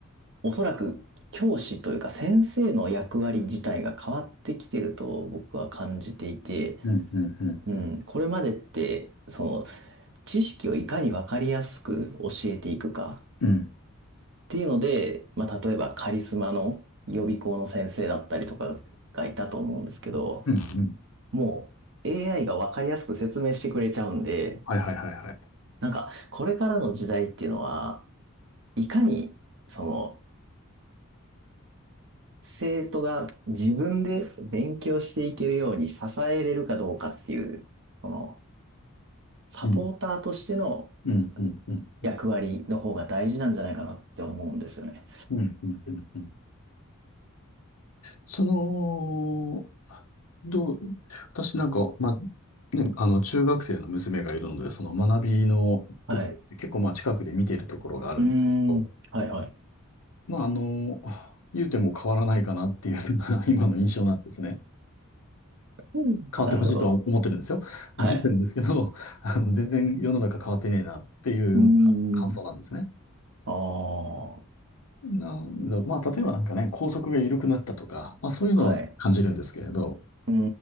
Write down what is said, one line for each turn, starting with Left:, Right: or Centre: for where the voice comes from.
Right: おそらく教師というか先生の役割自体が変わってきてると僕は感じていて、
Left: うん、うん、うん、
Right: うん、
Left: うん。
Right: これまでって、その、知識をいかにわかりやすく教えていくかっ
Left: うん、
Right: ていうので、まあ、例えばカリスマの予備校の先生だったりとかがいたと思うんですけど、
Left: うん、うん。
Right: もう AI がわかりやすく説明してくれちゃうんで、
Left: はいはいはいはい。
Right: なんか、これからの時代っていうのは、いかに、その、生徒が自分で勉強していけるように支えれるかどうかっていう、その、サポーターとしての
Left: うん、うん、うん、うん、うん、
Right: 役割の方が大事なんじゃないかなって思うんですよね。
Left: うん、うん、うん。うんその、どう、私なんか、まあ、ね、あの、中学生の娘がいるので、その学びのところって結構、
Right: はい。
Left: まあ、近くで見ているところがあるんですけど、
Right: うーん。はいはい。
Left: まあ、あの、言うても変わらないかなっていうのが <laughs> 今の印象なんですね。
Right: うん。
Left: 変わってほしいとは思ってるんですよ。
Right: なるほど。
Left: 思ってるんですけど、
Right: はい。
Left: あの、全然世の中変わってねえなっていうのが感想なんですね。
Right: うーん。ああ。
Left: なんだ、まあ、例えばなんかね、校則が緩くなったとか、まあ、そういうのは感じるんですけれど、
Right: はい。うー